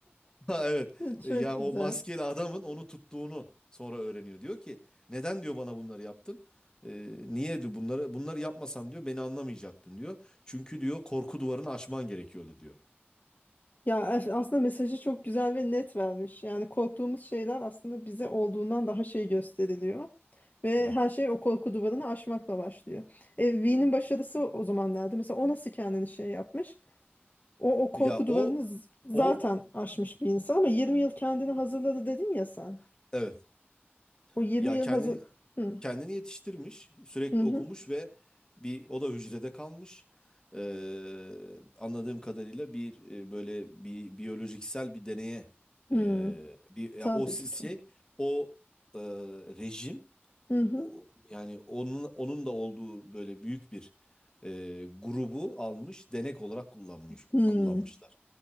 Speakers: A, on the left; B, on the left.
A: Ha, evet.
B: <laughs>
A: E,
B: çok
A: Ya
B: güzel.
A: o maskeli adamın onu tuttuğunu sonra öğreniyor. Diyor ki neden diyor bana bunları yaptın? E, niye diyor bunları bunları yapmasam diyor beni anlamayacaktın diyor. Çünkü diyor korku duvarını aşman gerekiyordu diyor.
B: Ya af- aslında mesajı çok güzel ve net vermiş. Yani korktuğumuz şeyler aslında bize olduğundan daha şey gösteriliyor. Ve
A: Evet.
B: her şey o korku duvarını aşmakla başlıyor. E, V'nin başarısı o zaman nerede? Mesela o nasıl kendini şey yapmış? O, o korku
A: Ya
B: duvarını
A: o
B: z- zaten
A: o
B: aşmış bir insan ama 20 yıl kendini hazırladı dedin ya sen.
A: evet.
B: O 20
A: Ya
B: yıl
A: kendini
B: hazır... Hı hı.
A: kendini yetiştirmiş, sürekli
B: Hı.
A: okumuş ve bir o da hücrede kalmış. Ee, anladığım kadarıyla bir e, böyle bir biyolojiksel bir deneye
B: Hı.
A: e, bir ya
B: Tabi
A: o si-
B: tutun.
A: şey o e, rejim
B: Hı hı.
A: o- yani onun onun da olduğu böyle büyük bir e, grubu almış denek olarak kullanmış
B: Hı.
A: kullanmışlar.